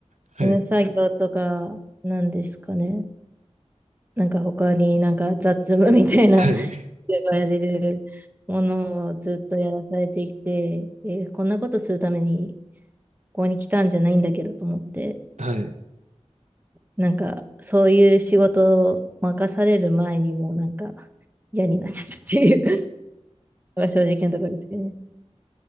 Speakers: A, on the right (about 85°); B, on the right (about 15°).
A: はい、
B: 事務作業とか、なんですかね。なんか他になんか雑務みたいな、
A: はい、
B: <laughs> 言われるものをずっとやらされてきて、えーこんなことするためにここに来たんじゃないんだけどと思って、
A: はい。
B: なんかそういう仕事を任される前にもうなんか嫌になっちゃったっていう <laughs> のが正直なところですけどね。